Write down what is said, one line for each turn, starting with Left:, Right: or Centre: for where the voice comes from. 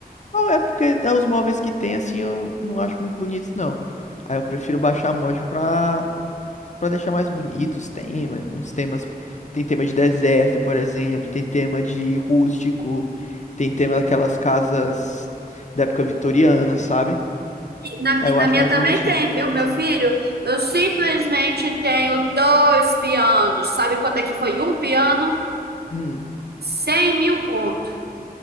Left: Não, é porque é os móveis que tem, assim, eu não acho muito bonitos, não. Aí eu prefiro baixar a mod pra, pra deixar mais bonitos os temas. Uns temas. Tem tema de deserto, por exemplo. Tem tema de rústico. Tem tema daquelas casas da época vitoriana, sabe?
Right: Ai, Na, mi-
Left: Aí eu
Right: na
Left: acho
Right: minha
Left: mais
Right: também
Left: bonitinho.
Right: tem, viu, meu
Left: Esses-
Right: filho? Eu simplesmente tenho dois pianos. Sabe quanto é que foi um piano?
Left: Hum.
Right: Cem mil conto.